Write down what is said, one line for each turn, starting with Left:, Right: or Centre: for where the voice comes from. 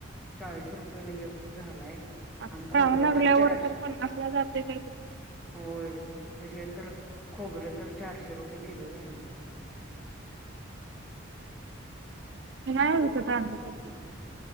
Centre: चाळीस रुपयेला एक झालंय.
Right: आता
Centre: आणि
Right: श्रावण
Centre: खोबरं
Right: लागल्यावर
Centre: तर चार
Right: पन्नासला जाते काय कोणास ठाऊक.
Centre: होय तसेच. तर खोबरे तर चारशे रुपये किलो झाले. हम <unintelligible>
Right: नाही विकत कांदाभजी.